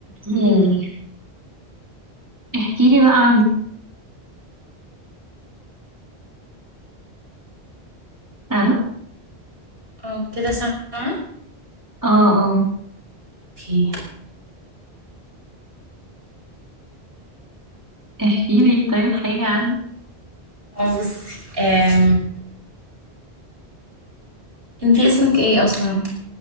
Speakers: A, on the right; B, on the right.
A: ياه احكي لي بقى عن تعرف
B: اه كده سامعة
A: اه اه
B: اوكي
A: احكي لي طيب حاجة عن
B: اه بصي آم، انتي اسمك ايه اصلا